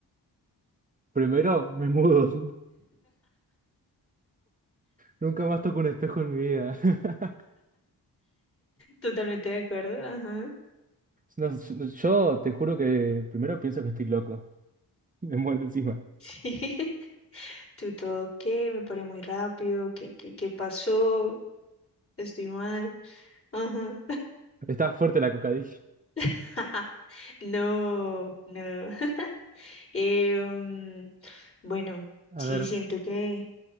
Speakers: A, on the right; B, on the left.
A: Primero, me mudo. <laughs> Nunca más toco un espejo en mi vida. <laughs>
B: Totalmente de acuerdo, ajá.
A: No, yo, yo te juro que primero pienso que estoy loco. <laughs> Me muero encima.
B: Sí, <laughs> tú todo, ¿qué? Me paré muy rápido, ¿qué, qué, qué pasó? Estoy mal, ajá.
A: Está fuerte la coca, dije.
B: <laughs> No, no. <laughs> Eh, mm, bueno,
A: A
B: sí,
A: ver,
B: siento que,